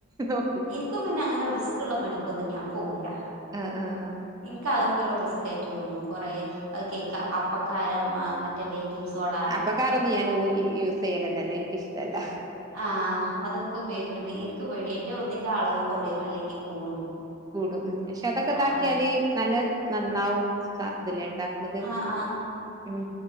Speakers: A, on the right; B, on the right.
A: നോ
B: ഇൻക്ക് പിന്നെ അങ്ങനെ റിസ്ക് ഉള്ള പണിക്കൊന്നും ഞാൻ പോവില്ല
A: ആഹ് ആഹ്
B: ഇൻക്ക് അതൊക്കെ ഒരു റിസ്ക് ആയിട്ട് തോന്നും കൊറെ അത് കേക്ക അപ്പക്കാരം മറ്റേ ബേക്കിംഗ് സോഡ
A: അപ്പകാരൊന്ന് ഞാൻ യൂസ് ചെയ്യലന്നെല്ല ഇൻക്കിഷ്ടല്ല
B: ആഹ് അതൊക്കെ ഉപയോഗിക്കണ്ട് ഇൻക്ക് പേടിയാ ഇന്റെ ഒന്നിന്റെ അളവ് കൊറയും അല്ലെങ്കി കൂടും
A: കൂടും ഉം പക്ഷെ അതൊക്കെ
B: ആഹ്
A: ഇതാക്കിയാല് നല്ല നന്നാവും ഇതില്ലെ ഉണ്ടാക്കണത്
B: ആഹ്
A: ഉം